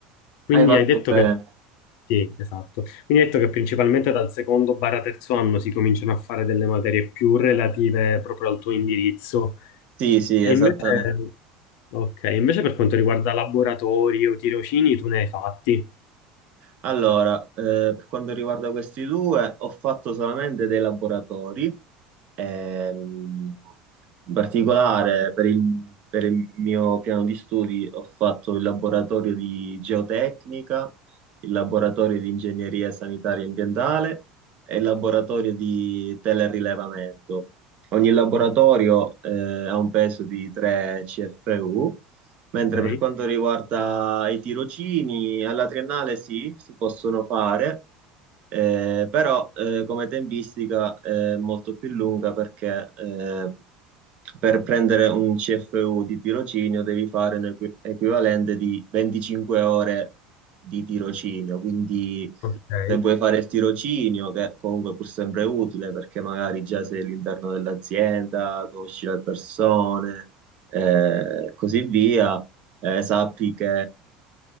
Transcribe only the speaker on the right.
hai fatto
bene.
Sì, sì,
esattamente.
Allora, eh, per quanto riguarda questi due, ho fatto solamente dei laboratori Ehm, in particolare per il, per il mio piano di studi ho fatto il laboratorio di geotecnica, il laboratorio di ingegneria sanitaria e ambientale e il laboratorio di telerilevamento. Ogni laboratorio eh, ha un peso di 3 CFU, mentre
per quanto riguarda i tirocini, alla triennale sì, si possono fare. Eh, però eh, come tempistica è molto più lunga perché eh, per prendere un CFU di tirocinio devi fare un equi- equivalente di 25 ore di tirocinio, quindi
se vuoi fare il tirocinio, che comunque è pur sempre utile perché magari già sei all'interno dell'azienda, conosci le persone, eh, così via eh, sappi che